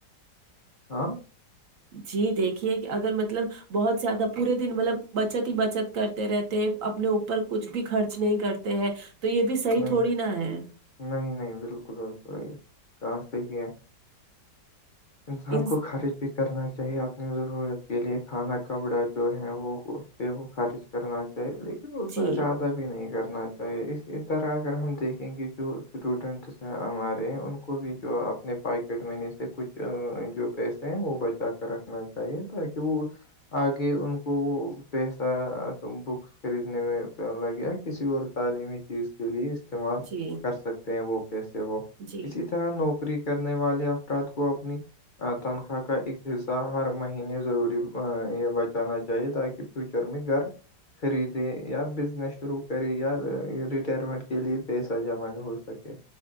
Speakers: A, on the left; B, on the right.
A: ہاں
B: جی دیکھیے کہ اگر مطلب بہت زیادہ پورے دن مطلب بچت ہی بچت کرتے رہتے اپنے اوپر کچھ بھی خرچ نہیں کرتے تے ہیں تو یہ بھی صحیح
A: نہیں
B: تھوڑی نا ہے
A: نہیں نہیں بالکل بالکل کہاں صحیح ہے انسان
B: ان
A: کو خرچ بھی کرنا چاہیے اپنی ضرورت کے لیے کھانا کپڑا جو ہے وہ اس پہ وہ خرچ کرنا چاہیے لیکن اس
B: جی
A: میں زیا دہ بھی نہیں کرنا چاہیے اسی طرح اگر ہم دیکھیں گے جو اسٹوڈنٹس ہمارے ان کو بھی جو اپنے پاکٹ منی سے کچھ جو پیسے ہیں وہ بچا کر رکھنا چاہیے تاکہ وہ آگے ان کو وہ پیسہ بکس خریدنے میں لگے یا کسی اور تعلیمی چیز کے لیے استعمال
B: جی
A: کر سکتے ہیں وہ پیسے وہ
B: جی
A: اسی طرح اس طرح نوکری کرنے والے افراد کو اپنی تنخواہ کا ایک حصہ ہر مہینے ضروری یہ بچانا چاہیے تاکہ فیوچر میں گھر خریدے یا بزنس شروع کرے یا
B: ہ
A: ریٹائرمنٹ کے لیے پیسہ جمع ہو سکے